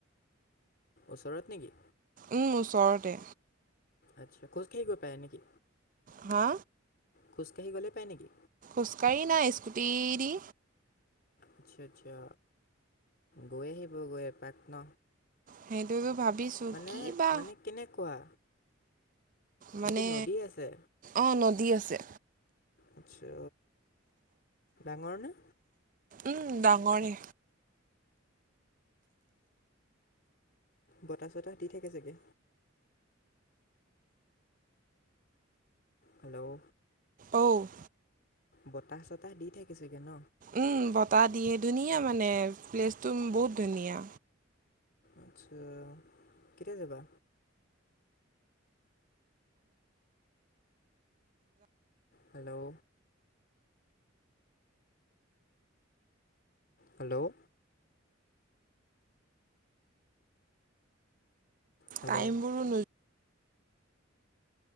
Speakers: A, on the left; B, on the right.
A: ওচৰত নেকি?
B: উম ওচৰতে।
A: আচ্ছা খোজকাঢ়ি গৈ পায় নে কি?
B: হা
A: খোজকাঢ়ি গ'লে পায় নেকি?
B: খোজকাাঢ়ি নাই স্কুটি দি
A: আচ্ছা আচ্ছা গৈ আহিব গৈ এপাক ন?
B: সেইটোতো ভাবিছো
A: মানে
B: কি বা
A: মানে কেনেকুৱা
B: মানে
A: কি নদী আছে
B: অ নদী আছে
A: আচ্ছা ডাঙৰ নে
B: উম ডাঙৰে
A: বতাহ চতাহ দি থাকে চাগে হেল্ল'
B: অ'
A: বতাহ চতাহ দি থাকি চাগে ন
B: উম বতাহ দিয়ে ধুনীয়া মানে প্লেচটো বহুত ধুনীয়া
A: আচ্ছা কেতিয়া যাবা হেল্ল' হেল্ল' হেল্ল'
B: টাইম বোৰো নো